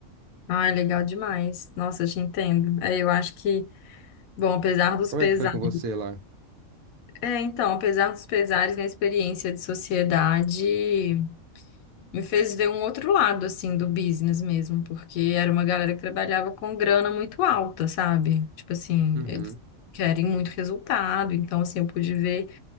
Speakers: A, on the left; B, on the right.
A: Ah, legal demais. Nossa, eu te entendo. É, eu acho que, bom, apesar dos
B: Como
A: pesares.
B: é que foi com você lá?
A: É, então, apesar dos pesares, minha experiência de sociedade me fez ver um outro lado, assim, do business mesmo, porque era uma galera que trabalhava com grana muito alta, sabe? Tipo assim,
B: Uhum.
A: eles querem muito resultado, então, assim, eu pude ver.